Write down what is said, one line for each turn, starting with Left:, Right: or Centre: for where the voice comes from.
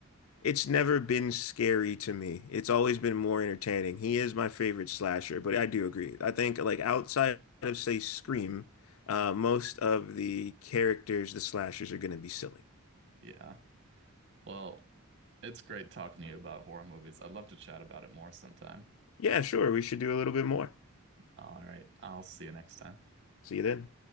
Left: It's never been scary to me. It's always been more entertaining. He is my favorite slasher, but I do agree. I think like outside of say Scream, uh, most of the characters, the slashers, are going to be silly.
Right: Yeah. Well, it's great talking to you about horror movies. I'd love to chat about it more sometime.
Left: Yeah, sure. We should do a little bit more.
Right: All right. I'll see you next time.
Left: See you then.